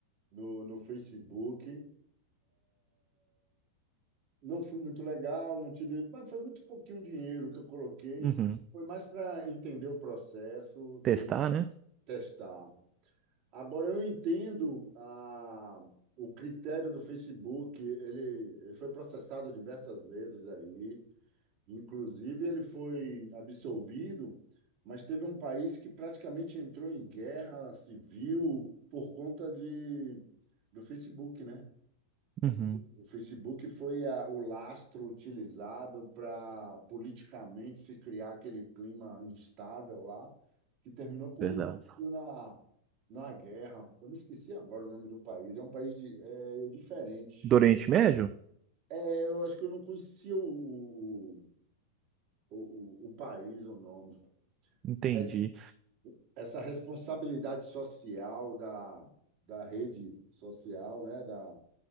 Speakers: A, on the right; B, on the right.
A: no, no Facebook não fui muito legal, não tive, mas foi muito pouquinho dinheiro que eu coloquei.
B: Uhum.
A: Foi mais para entender o processo
B: Testar,
A: e
B: né?
A: testar. Agora eu entendo a, o critério do Facebook, ele, ele foi processado diversas vezes aí, inclusive ele foi absolvido, mas teve um país que praticamente entrou em guerra civil por conta de, do Facebook, né?
B: Uhum.
A: O Facebook foi a- o lastro utilizado para politicamente se criar aquele clima instável lá, que terminou culminando
B: Verdade.
A: na, na guerra. Eu me esqueci agora o nome do país. É um país de- é, é diferente.
B: Do Oriente Médio?
A: É, eu acho que eu não conhecia o, o, o, o país, o nome,
B: Entendi.
A: mas essa responsabilidade social da, da rede social, né, da,